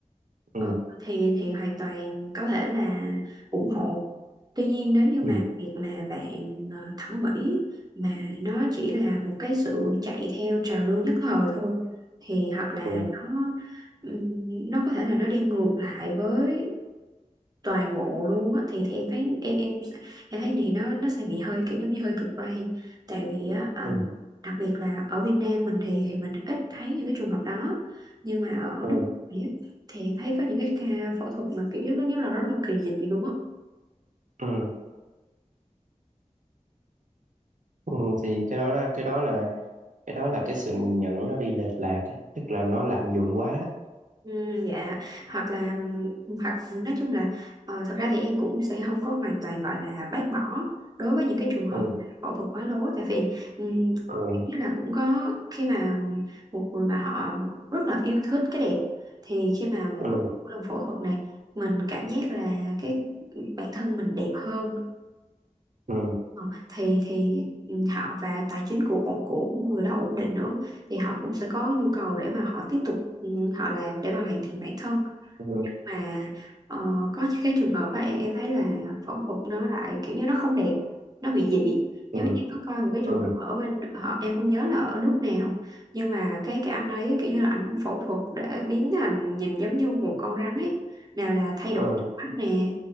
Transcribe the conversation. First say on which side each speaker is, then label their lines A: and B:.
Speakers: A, on the right; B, on the right.
A: ừ
B: Ờ, thì thì hoàn toàn có thể là ủng hộ. Tuy nhiên nếu như mà
A: ừ
B: việc mà bạn ờ, thẩm mỹ mà nó chỉ là một cái sự chạy theo trào lưu nhất thời thôi thì hoặc là
A: ừ
B: nó ừm, nó có thể là nó đi ngược lại với toàn bộ luôn á thì thì em thấy em em sẽ- em thấy thì nó nó sẽ bị hơi kiểu giống như hơi cực đoan tại vì á à,
A: ừ
B: đặc biệt là ở Việt Nam mình thì thì mình ít thấy những cái trường hợp đó nhưng mà ở
A: ừ
B: nước ngoài á, thì em thấy có những cái ca phẫu thuật mà kiểu giống như là rất là kỳ dị luôn á
A: ừ ừ. thì cái đó là cái đó là cái đó là cái sự nhìn nhận nó đi lệch lạc á tức là nó lạm dụng quá đó
B: Ừ, dạ hoặc là hoặc nói chung là ờ, thật ra thì em cũng sẽ không có hoàn toàn gọi là bác bỏ đối với những cái trường hợp
A: ừ
B: phẫu thuật quá lố tại vì ừm,
A: ừ
B: như là cũng có khi mà một người mà họ rất là yêu thích cái đẹp thì khi mà mỗi
A: ừ
B: lần phẫu thuật này mình cảm giác là cái bản thân mình đẹp hơn
A: ừ
B: Ờ, thì thì họ và tài chính của của người đó ổn định nữa thì họ cũng sẽ có nhu cầu để mà họ tiếp tục ừ, họ làm để mà hoàn thiện bản thân
A: ừ
B: mà ờ, có những cái trường hợp á em em thấy là phẫu thuật nó lại kiểu như nó không đẹp nó bị dị
A: ừ
B: giống như em có coi một cái trường
A: ừ
B: hợp ở bên họ em không nhớ là ở nước nào nhưng mà cái cái anh ấy kiểu như là anh phẫu thuật để biến thành nhìn giống như một con rắn ấy nào là thay
A: ừ
B: đổi mắt nè